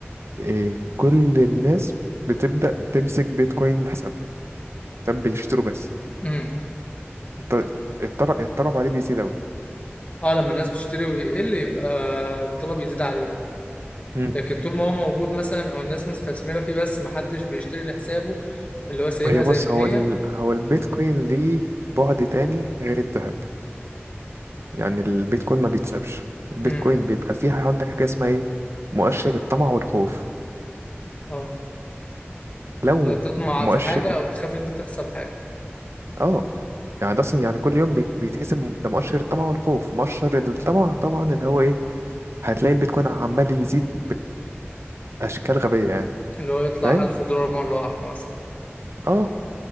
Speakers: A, on the right; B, on the left.
A: إيه، كل الناس بتبدا تمسك بيتكوين حسابها تم بيشتروا بس
B: امم
A: الط- الطلب الطلب عليه بيزيد قوي
B: اه لما الناس بتشتري ويقل يبقى الطلب يزيد عليه
A: امم
B: لكن طول ما هو موجود مثلا او الناس مستثمره فيه بس ما حدش بيشتري لحسابه اللي هو سايبها
A: هي بص
B: زي ما
A: هو
B: هي
A: ال... هو البيتكوين ليه بعد تاني غير الذهب يعني البيتكوين ما بيتسابش البيتكوين
B: امم
A: بيبقى فيها عندك حاجة اسمها ايه مؤشر الطمع والخوف
B: اه
A: لو
B: ت- تطمع
A: مؤشر
B: في حاجه او تخاف ان انت تخسر حاجه
A: اه يعني ده اصلا يعني كل يوم بيت- بيتحسب ده مؤشر الطمع والخوف مؤشر الطمع طبعا اللي هو ايه هتلاقي البيتكوين عمال يزيد بأشكال غبية يعني
B: اللي هو يطلع
A: فاهم
B: 1000 دولار مره واحده مثلا
A: اه